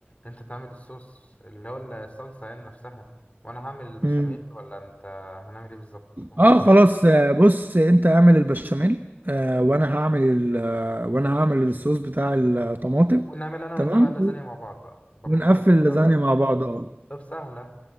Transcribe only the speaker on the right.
طيب
اه خلاص آه، بص انت اعمل البشاميل آه وانا هعمل ال- آه، وانا هعمل الصوص بتاع الطماطم
تمام
ونقفل
اللازانيا
مع بعض اه